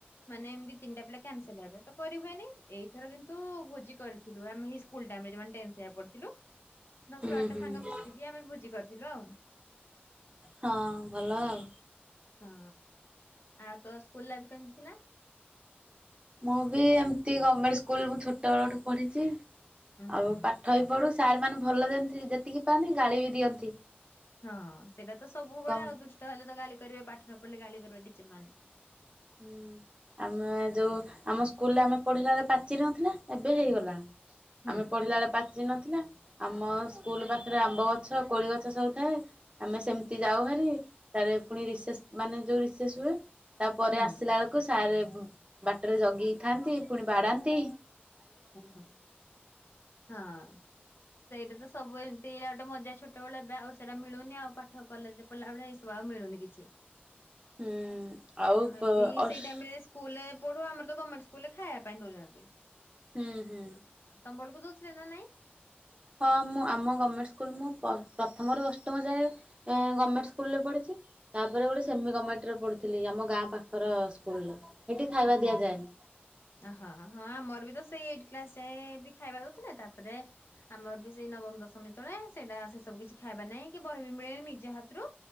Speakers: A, on the left (about 80°); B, on the right (about 30°).
A: ମାନେ ଏମିତି ତିନିଟା ପିଲା କ୍ୟାନସେଲ ହେବେ ତ କରିହୁଏନି ଏଇଥର କିନ୍ତୁ ଭୋଜି କରି ଥିଲୁ ଆମେ ଏଇ ସ୍କୁଲ ଟାଇମ୍ ରେ ଯୋଉମାନେ ଟେନ୍ଥ ଯାଏ ପଢ଼ିଥିଲୁ। ଦଶ
B: ହୁଁ
A: ବାରଟା
B: ହୁଁ
A: ସାଙ୍ଗ ମିଶିକି ଆମେ ଭୋଜି କରିଥିଲୁ ଆଉ।
B: ହଁ ଭଲ ଆଉ।
A: ହଁ ଆଉ ତୋ ସ୍କୁଲ ଲାଇଫ୍ କେମିତି ଥିଲା?
B: ମୁଁ ବି ଏମିତି ଗମେଣ୍ଟ ସ୍କୁଲ ମୁଁ ଛୋଟବେଳଠୁ ପଢ଼ିଚି
A: ହୁଁ
B: ଆଉ
A: ହୁଁ।
B: ପା ପାଠ ବି ପଢୁ ସାର୍ ମାନେ ଭଲ ଯେତିକି ପାଆନ୍ତି ଗାଳି ବି ଦିଅନ୍ତି।
A: ହଁ ସେଇଟା ତ ସବୁବେଳେ
B: କଣ
A: ଆଉ ଦୁଷ୍ଟ ହେଲେ ତ ଗାଳି କରିବେ ପାଠ ନ ପଢିଲେ ଗାଳି କରିବେ ଟିଚର ମାନେ।
B: ହୁଁ। ଆମେ ଯୋଉ ଆମ ସ୍କୁଲରେ ଆମେ ପଢିଲା ବଳେ ପାଚେରି ନଥିଲା ଏବେ ହେଇଗଲାଣି।
A: ହୁଁ।
B: ଆମେ ପଢିଲା ବେଳେ ପାଚେରି ନଥିଲା ଆମ ସ୍କୁଲ ପାଖରେ ଆମ୍ବ ଗଛ କୋଳି ଗଛ ସବୁ ଥାଏ। ଆମେ ସେମିତି ଯାଉ ହାରି ତାରେ ପୁଣି ରିସେସ୍ ମାନେ ଯୋଉ ରିସେସ୍ ହୁଏ। ପରେ
A: ହୁଁ
B: ଆସିଲା ବେଳକୁ ସାର୍ ବାଟରେ ଜଗିକି ଥାନ୍ତି ପୁଣି ବାଡାନ୍ତି।
A: ଓହୋ ହଁ। ସେଇଟା ତ ସବୁ ଏମିତି ଇଟା ଗୋଟେ ମଜା ଛୋଟବେଳ ଏବେ ଆଉ ସେଇଟା ମିଳୁନି ଆଉ ପାଠ କଲେଜରେ ପଢ଼ିଲା ବେଳେ ଏସବୁ ଆଉ ମିଳୁନି କିଛି
B: ହୁଁ ଆଉ
A: ଆମେ ବି
B: ଅସ୍
A: ସେଇ ଟାଇମ୍ ରେ ସ୍କୁଲରେ ପଢୁ ଆମର ତ ଗମେଣ୍ଟ ସ୍କୁଲରେ ଖାଇବା ପାଇଁ ଦୋଉଚନ୍ତି।
B: ହୁଁ-ହୁଁ।
A: ତମବେଳକୁ ଦୋଉଥିଲେ ନା ନାଇଁ?
B: ହଁ ମୁଁ ଆମ ଗମେଣ୍ଟ ସ୍କୁଲ ମୁଁ ପ୍ରଥମରୁ ଅଷ୍ଟମ ଯାଏ ଗମେଣ୍ଟ ସ୍କୁଲରେ ପଢିଚି। ତାପରେ ଗୋଟେ ସେମି ଗମେଟ୍ ରେ ପଢୁଥିଲି ଆମ ଗାଁ ପାଖର ସ୍କୁଲରେ ସେଇଠି ଖାଇବା
A: ହୁଁ
B: ଦିଆଯାଏନି।
A: ଓହୋ ହଁ ଆମର ବି ତ ସେଇ ଏଇଟି କ୍ଲାସ ଯାଏ ବି ଖାଇବା ଦୋଉଥିଲେ ତାପରେ ଆମର ବି ସେଇ ନବମ ଦଶମ ଯେତବେଳେ ସେଇଟା ସେ ସବୁ କିଛି ଖାଇବା ନାହିଁ କି ବହି ବି ମିଳେନି ନିଜ ହାତରୁ